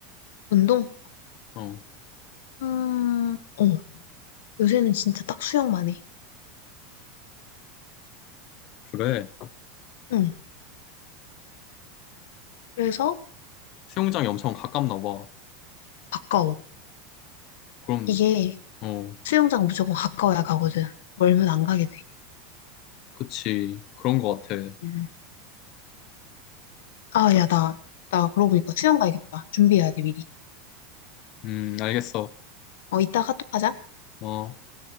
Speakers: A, on the left (about 80°); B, on the left (about 45°).
A: 운동?
B: 어,
A: 음, 어, 요새는 진짜 딱 수영만 해.
B: 그래.
A: 응. 그래서
B: 수영장이 엄청 가깝나 봐.
A: 가까워.
B: 그럼,
A: 이게
B: 어,
A: 수영장 무조건 가까워야 가거든. 멀면 안 가게 돼.
B: 그치. 그런 것 같아.
A: 음. 아, 야, 나, 나 그러고 보니까 수영 가야겠다. 준비해야 돼, 미리.
B: 음, 알겠어.
A: 어, 이따가 또하자
B: 어.